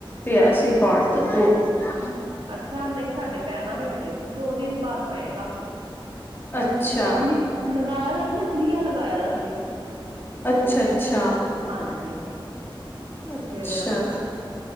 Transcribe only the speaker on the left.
ਗਿਆ ਸੀ ਪਾਠ ਦਾ ਭੋਗ ਹਮ
ਅੱਛਾ
ਅੱਛਾ ਅੱਛਾ
ਅੱਛਾ